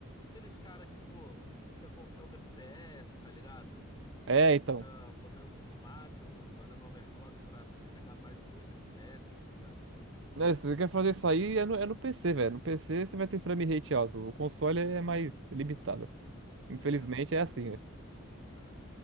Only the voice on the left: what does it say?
Aqueles cara que, pô, fica contando FPS, tá ligado?
Fica botando tudo no máximo, fazendo overclock pra poder pegar mais de 2 FPS, tá ligado?
É, pô.
É.